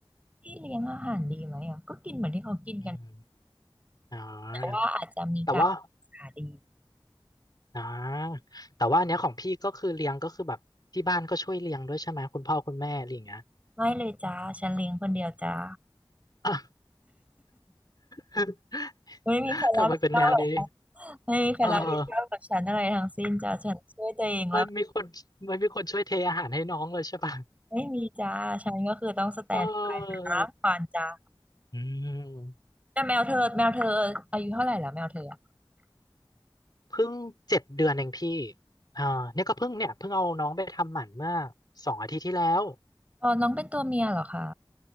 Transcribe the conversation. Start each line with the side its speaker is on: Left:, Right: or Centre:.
Right: ที่เลี้ยงอาหารดีไหมอ่ะก็กินเหมือนที่เขากินกัน
Left: อืมอ๋อ
Right: แต่ว่าอาจจะมีการหาดี
Left: แต่ว่าอ๋อแต่ว่าอันเนี้ยของพี่ก็คือเลี้ยงก็คือแบบที่บ้านก็ช่วยเลี้ยงด้วยใช่ไหมคุณพ่อคุณแม่อะไรอย่างเงี้ย <laughs>
Right: ไม่เลยจ้าฉันเลี้ยงคนเดียวจ้า
Left: อ่ะ <laughs>
Right: ไม่มีใครรับผิดชอบหรอกจ้า
Left: ทำไมเป็นแนวนี้
Right: ไม่มีใครรับผิดชอบกับฉันอะไรทั้งสิ้นจ้าฉันช่วยตัวเองแล้ว
Left: เออไม่มีคนไม่มีคนช่วยเทอาหารให้น้องเลยใช่ป่ะ
Right: ไม่มีจ้าฉันก็คือต้องสแตนบายนะฟานจ้า
Left: เอออืม
Right: แต่แมวเธอแมวเธออายุเท่าไหร่แล้วแมวเธออะ
Left: เพิ่งเจ็ดเดือนเองพี่อ่าเนี่ยก็เพิ่งเนี่ยเพิ่งเอาน้องไปทำหมันเมื่อสองอาทิตย์ที่แล้ว
Right: อ๋อน้องเป็นตัวเมียเหรอคะ